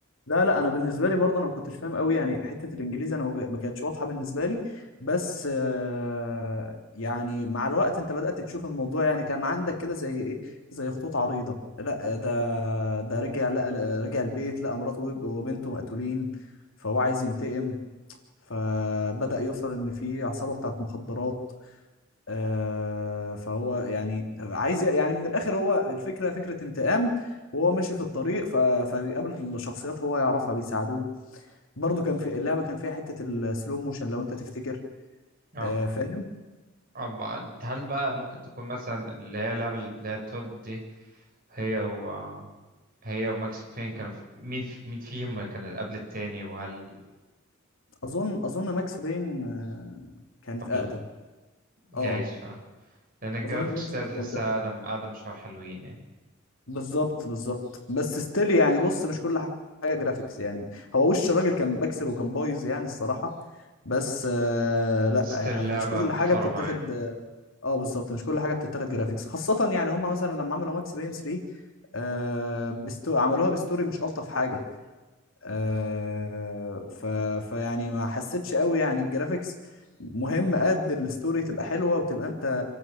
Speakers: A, on the left (about 70°); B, on the right (about 45°).
A: لا لا انا بالنسبه لي برضه انا ما كنتش فاهم قوي يعني حته الانجليزي انا ما ما كانتش واضحه بالنسبه لي بس آه، يعني مع الوقت انت بدات تشوف الموضوع يعني كان عندك كده زي ايه زي خطوط عريضه لا ده ده رجع لقى رجع البيت لقى مراته وب- وبنته مقتولين فهو عايز ينتقم فبدا يوصل ان في عصابه بتاعت مخدرات آه، فهو يعني عايز يعني من الاخر هو الفكره فكره انتقام وهو ماشي في الطريق ف... فبيقابل شخصيات هو يعرفها بيساعدوه برضو كان في اللعبه كان فيها حته السلو موشن لو انت تفتكر
B: اه
A: آه، فاهم
B: أب... هل بقى ممكن تكون مثلا اللي هي اللعبة اللي هي تود دي هي و هي وماكس بين كانوا في- مين في... مين فيهم كان اللي قبل التاني وهل
A: اظن اظن ماكس بين آه، كانت
B: قبل
A: اقدم
B: جايز
A: اه
B: فعلا لأن الجرافيكس
A: اظن ماكس
B: بتاعت
A: بين
B: تحسها
A: كانت اقدم
B: أقدم أقدم شوية حلوين يعني
A: بالظبط بالظبط بس ستيل يعني بص مش كل حاجه جرافيكس يعني هو وش الراجل كان بكسل وكان بايظ يعني الصراحه بس آه لا
B: ستيل
A: يعني
B: لعبة
A: مش كل
B: محترمة
A: حاجه بتتاخد
B: يعني
A: اه بالظبط مش كل حاجه بتتاخد جرافيكس خاصه يعني هم مثلا لما عملوا ماكس بين 3 آه بستو... عملوها بستوري مش الطف حاجه آه ف... فيعني ما حسيتش قوي يعني الجرافيكس مهم قد الستوري تبقى حلوه وتبقى انت